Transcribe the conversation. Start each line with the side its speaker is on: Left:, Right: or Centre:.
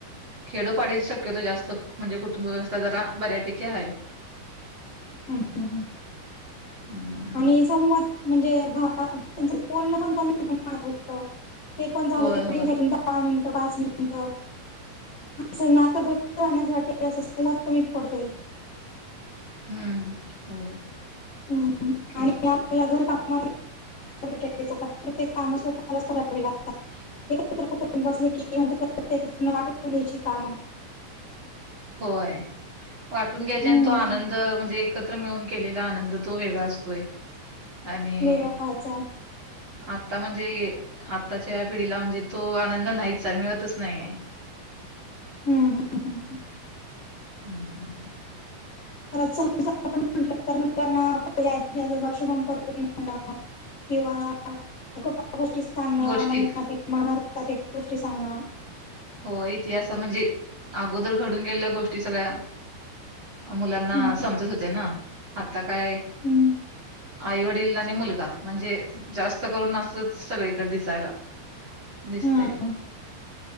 Right: खेडो पाडी शक्यतो होतो जास्त म्हणजे कुटुंब व्यवस्था जरा बऱ्यापैकी आहे.
Left: हम्म हम्म.
Right: हं हं
Left: आणि संवाद म्हणजे त्यांच बोलण पण कमी प्रमाणात होत. ते पण झालं
Right: होय
Left: तर
Right: होय
Left: दिवसातू दहा मिनिटं, पाच मिनिट असं नातं घट्ट राहण्यासाठी. हे असं संवाद कमी पडतोयं.
Right: हम्म हो.
Left: हम्म
Right: तेच की
Left: आणि आपल्याला घर कामामध्ये प्रत्येक काम स्वतः मलाच करावे लागतात एकत्र कुटुंब असले की म्हणजे प्रत्येकण वाटून घ्यायची काम
Right: होय वाटून घ्यायचा
Left: हम्म
Right: आणि तो आनंद म्हणजे एक एकत्र मिळून केलेला आनंद तो वेगळा असतोयं आणि?
Left: वेगळा व्हायचा
Right: आता म्हणजे आत्ताच्या या पिढीला म्हणजे तो आनंद नाहीच आहे मिळतचं नाहीये.
Left: हम्म, हम्म, हम्म
Right: हां हां.
Left: <unintelligible> म्हटलं तर मुलांना आपल्या आजी-आजोबा शुभम करोती म्हणा किंवा गप्पा, गोष्टी सांगण
Right: गोष्टी
Left: रामायणातील, महाभारतातील गोष्टी सांगणं
Right: हो इतिहास म्हणजे अगोदर घडून गेलेल्या गोष्टी सगळ्या मुलांना
Left: हम्म,
Right: समजत होते ना आता काय
Left: हम्म,
Right: आई-वडील आणि मुलगा म्हणजे जास्त करून असंच सगळीकडे दिसायला दिसतंय.
Left: हम्म.